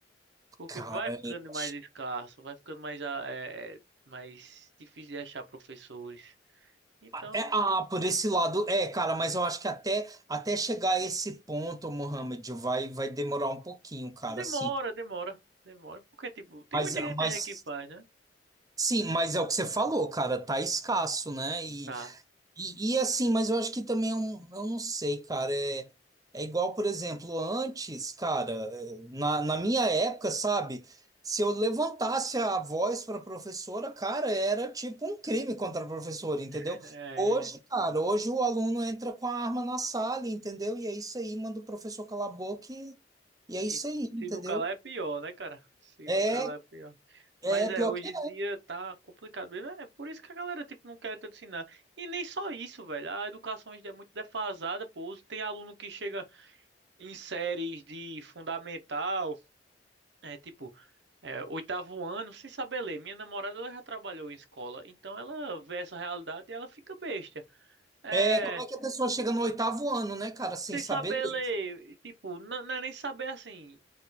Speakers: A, on the right; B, on the right.
A: porque
B: Cara,
A: vai ficando
B: eu acho.
A: mais escasso, vai ficando mais, ah, é, é, mais difícil de achar professores, então
B: É, ah, por esse lado, é, cara, mas eu acho que até, até chegar a esse ponto, Mohamed, vai, vai demorar um pouquinho, cara,
A: demora,
B: assim.
A: demora, demora, porque tipo, tem
B: Mas,
A: muita gente
B: mas
A: ainda que faz, né?
B: sim, mas é o que você falou, cara, tá escasso, né? E,
A: Tá.
B: e assim, mas eu acho que também é um- eu não sei, cara. É, é igual, por exemplo, antes, cara, eh, na, na minha época, sabe? Se eu levantasse a voz para professora, cara, era tipo um crime contra a professora, entendeu?
A: <laughs> É.
B: Hoje, cara, hoje o aluno entra com a arma na sala, entendeu? E é isso aí, manda o professor calar a boca e, e é isso
A: E
B: aí, entendeu?
A: se não calar é pior, né, cara? Se
B: É,
A: não calar é pior. Mas
B: é
A: é,
B: pior
A: hoje
B: que
A: em dia tá complicado mesmo. É é por isso que a galera, tipo, não quer te ensinar. E nem só isso, velho. A educação hoje em dia é muito defasada, pô. Tem aluno que chega em séries de fundamental, é tipo, é, oitavo ano, sem saber ler. Minha namorada, ela já trabalhou em escola. Então ela vê essa realidade e ela fica besta. É.
B: é. Como é que a pessoa chega no oitavo ano, né, cara, sem
A: sem
B: saber
A: saber
B: ler?
A: ler, tipo, não, não é nem saber assim,